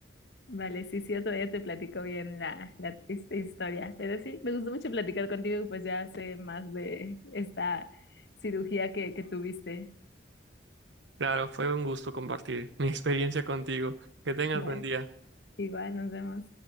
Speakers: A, on the left (about 60°); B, on the right (about 70°).
A: Vale, sí, sí, otro día te platico bien la, la triste historia. Pero sí, me gustó mucho platicar contigo, y pues ya sé más de esta cirugía que, que tuviste.
B: Claro, fue un gusto compartir mi <laughs> experiencia contigo. Que tengas
A: Vale,
B: buen día.
A: igual, nos vemos.